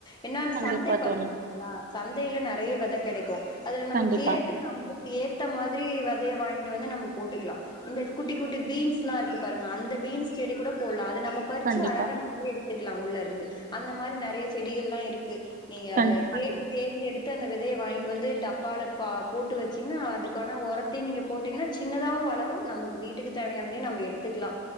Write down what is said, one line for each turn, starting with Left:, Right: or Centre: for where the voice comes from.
Left: என்ன
Right: கண்டிப்பா
Left: சந்தை பாத்துருக்கீங்களா
Right: தோழி.
Left: சந்தையில நெறைய விதை கிடைக்கு அதுல நம்ம
Right: கண்டிப்பா
Left: கேட்டு நம்மளுக்கு ஏத்த மாதிரி விதைய வாங்கிட்டு வந்து நம்ம போட்டுக்கலா இந்தக் குட்டி குட்டி பீன்ஸ்லா இருக்கு பாருங்க அந்த பீன்ஸ் செடி கூட போடல அது நம்மப் பறிச்சு
Right: கண்டிப்பா
Left: அழகா நம்மளே எடுத்துக்கலா உள்ள இருந்து அந்த மாதிரி நிறைய செடிகலா இருக்கு நீங்க அத
Right: கண்டிப்பா
Left: கேட்டு
Right: தோழி
Left: ந்து எடுத்து அந்த விதைய வாங்கிட்டு வந்து டப்பால ம் போட்டு வச்சீங்கன்னா அதுக்கான ஒரத்தையு நீங்க போட்டீங்கன்னா சின்னதாவு வளரு நமக்கு வீட்டுக்கு தேவையானதையு நம்ம எடுத்துக்கலா